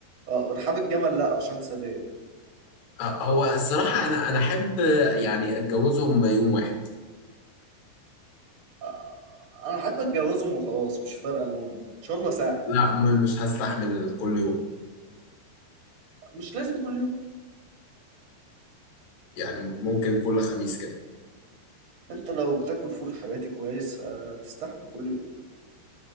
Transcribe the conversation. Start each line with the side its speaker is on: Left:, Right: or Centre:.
Right: اه ورحاب الجمل لا عشان سادات
Left: أه، هو الصراحه انا انا احب يعني اتجوزهم يوم واحد
Right: آه، انا حابب اتجوزهم وخلاص مش فارقه المده ان شاء الله ساعه
Left: لا م- مش هستحمل كل يوم
Right: مش لازم كل يوم
Left: يعني ممكن كل خميس كده
Right: انت لو بتاكل فول حراتي كويس هتستحمل كل يوم